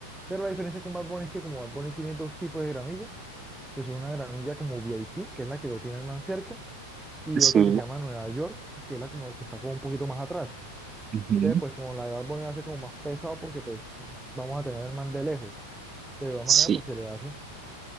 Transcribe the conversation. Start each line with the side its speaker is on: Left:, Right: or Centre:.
Centre: Pero la diferencia con Bad Bunny es que como Bad Bunny tiene dos tipos de gramilla, que son una gramilla como VIP, que es la que lo tiene el man cerca, y
Right: Sí.
Centre: otra que se llama Nueva York, que es la como que está como un poquito más atrás.
Right: Ujú,
Centre: Entonces, pues como la de Bad Bunny va a como más pesado porque pues vamos a tener al man de lejos. De igual manera,
Right: Sí.
Centre: pues se le hace.